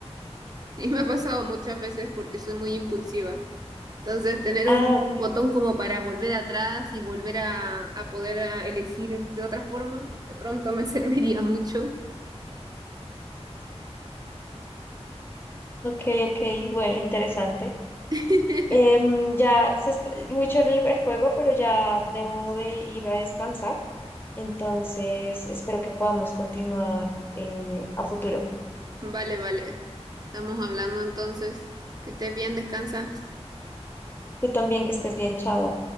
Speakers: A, on the right (about 35°); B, on the left (about 20°).
A: Y me ha pasado muchas veces porque soy muy impulsiva. Entonces, tener
B: Ah,
A: un
B: ok,
A: botón como para volver atrás y volver a, a poder a elegir de otra forma, de pronto me <laughs> serviría mucho.
B: ok, ok, bueno, interesante.
A: <laughs>
B: Em, ya se está, muy chévere el, el juego, pero ya debo de ir a descansar, entonces espero que podamos continuar eh, a futuro.
A: Vale, vale. Estamos hablando entonces. Que estés bien, descansa.
B: Tú también que estés bien, chao.